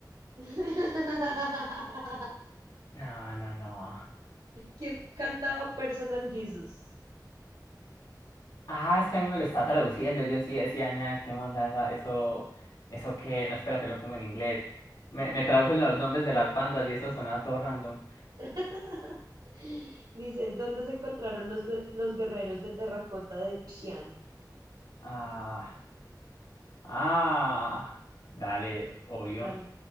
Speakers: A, on the right (about 75°); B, on the left (about 75°).
A: <laughs>
B: No, no, no.
A: ¿Quién cantaba Personal Jesus?
B: Ah, es que a mí me lo está traduciendo. Yo sí decía, nada, qué onda, esa- eso, eso que. No, espérate, lo pongo en inglés. Me, me tradujo los nombres de las bandas y eso sonaba todo random.
A: <laughs> Dice, ¿dónde se encontraron los, de- los guerreros de terracota de Xi'an?
B: Ah, ah. Dale,
A: No,
B: obvio.
A: La, em-